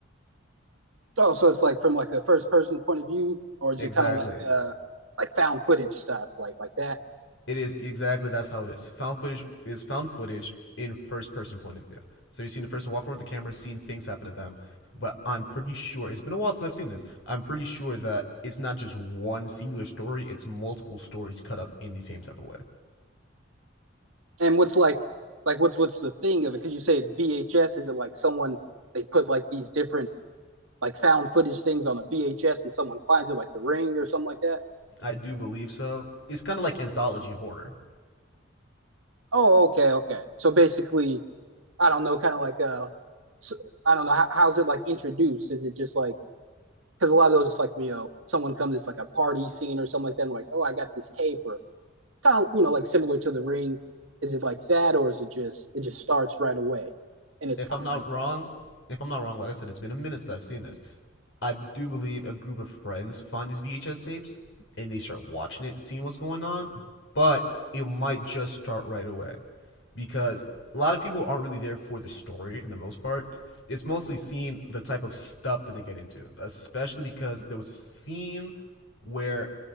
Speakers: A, on the right; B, on the left.
A: Oh, so it's like from like a first person point of view, or is
B: Exactly.
A: it kind of like uh like found footage stuff, like like that?
B: It is exactly that's how it is. Found footage is found footage in first person point of view. So you're seeing the person walk over with the camera, seeing things happen to them. But I'm pretty sure it's been a while since I've seen this. I'm pretty sure that it's not just one singular story, it's multiple stories cut up in the same type of way.
A: And what's like like what's what's the thing of it? Because you say it's VHS, is it like someone they put like these different like found footage things on a VHS and someone finds it, like The Ring or something like that?
B: I do believe so. It's kind of like anthology horror
A: Oh, okay, okay. So basically, I don't know, kind of like uh, s- I don't know, how, how's it like introduced? Is it just like because a lot of those it's like you know someone comes it's like a party scene or something like that and like oh i got this tape or kind of you know like similar to the ring is it like that or is it just it just starts right away and it's
B: if
A: kind
B: I'm not
A: of like
B: wrong, if I'm not wrong, like I said, it's been a minute since I've seen this. I do believe a group of friends find these VHS tapes and they start watching it, seeing what's going on, but it might just start right away because a lot of people aren't really there for the story in the most part. It's mostly seeing the type of stuff that they get into, especially because there was a scene where